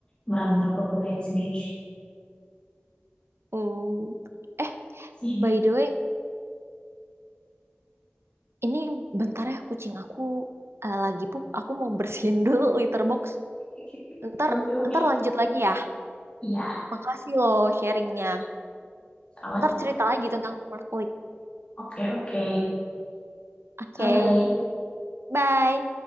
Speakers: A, on the left; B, on the right.
A: merantau ke Korea sendiri.
B: Hmm. Eh,
A: Kasihan
B: by
A: ya.
B: the way, Ini bentar ya kucing aku eh, lagi pup. Aku mau bersihin <laughs> dulu litter box.
A: <laughs>
B: Ntar,
A: Oke, oke.
B: ntar lanjut lagi ya.
A: Iya,
B: Makasih loh sharingnya.
A: sama-sama.
B: Ntar cerita lagi tentang smart click.
A: Oke, oke.
B: Oke,
A: Bye-bye.
B: bye.